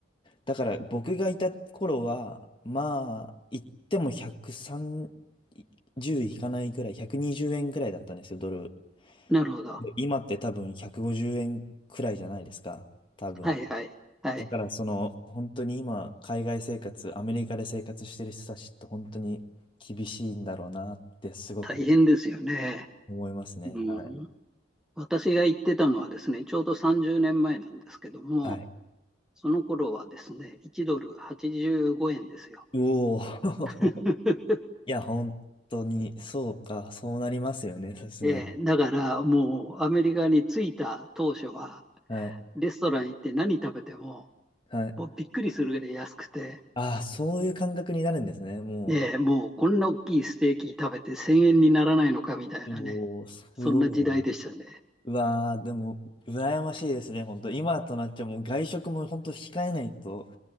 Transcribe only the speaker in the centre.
なるほど。
はいはい。はい。
大変ですよね。
うん。
私が行ってたのはですね、ちょうど30年前なんですけども、
その頃はですね、1ドル85円ですよ。
<laughs>
ええ、だからもうアメリカに着いた当初は、
レストラン行って何食べても、
もうびっくりするぐらい安くて、
ええもうこんな大きいステーキ食べて1000円にならないのかみたいなね、
そんな時代でしたね。